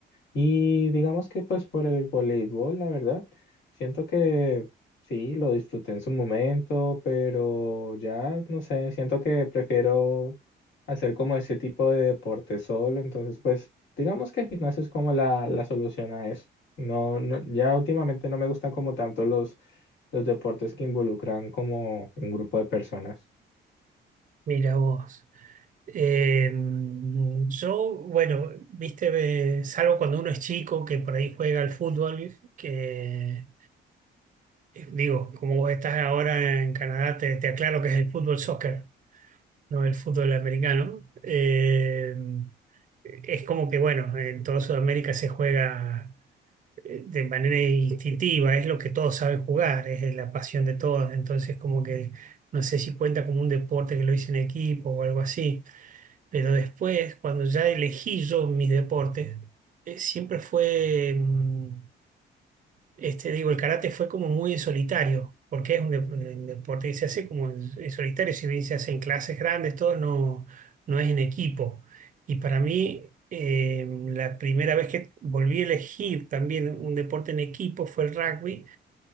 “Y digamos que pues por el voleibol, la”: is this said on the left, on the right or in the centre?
Left